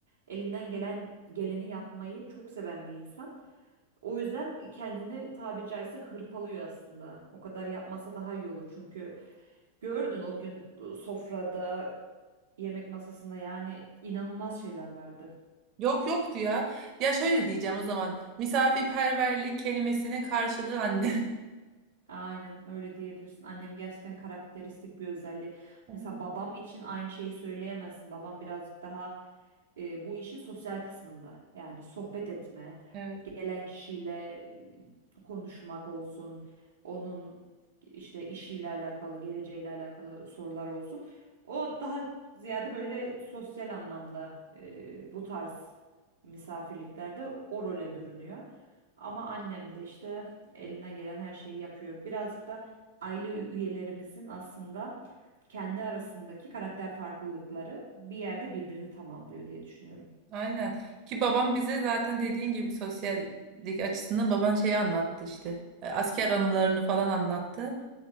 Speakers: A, on the right; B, on the right.
A: elinden gelen geleni yapmayı çok seven bir insan. O yüzden kendini tabiri caizse hırpalıyor aslında. O kadar yapmasa daha iyi olur çünkü gördün o gün e, sofrada, yemek masasında yani inanılmaz şeyler vardı.
B: Yok yoktu ya. Ya şöyle diyeceğim o zaman. Misafirperverlik kelimesinin karşılığı annem. <laughs>
A: Aynen öyle diyebilirsin. Annem gerçekten karakteristik bir özelliği.
B: Annem.
A: Mesela babam için aynı şeyi söyleyemezsin. Babam birazcık daha e, bu işin sosyal kısmında. Yani sohbet etme,
B: Evet,
A: gelen kişiyle e, konuşmak olsun, onun işte işiyle alakalı, geleceğiyle alakalı sorular olsun. O daha ziyade böyle sosyal anlamda e, bu tarz misafirliklerde o role bürünüyor. Ama annem de işte elinden gelen her şeyi yapıyor. Birazcık da aile üyelerimizin aslında kendi arasındaki karakter farklılıkları bir yerde birbirini tamamlıyor diye düşünüyorum.
B: aynen. Ki babam bize zaten dediğin gibi sosyallik açısından baban şeyi anlattı işte. E, Asker anılarını falan anlattı.